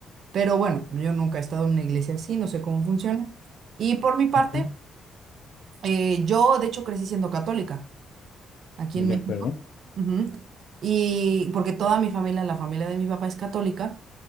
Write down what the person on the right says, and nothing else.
Pero bueno, yo nunca he estado en una iglesia así, no sé cómo funciona. Y por mi parte,
eh, yo de hecho crecí siendo católica aquí
en México.
Ujú. Y porque toda mi familia, la familia de mi papá es católica.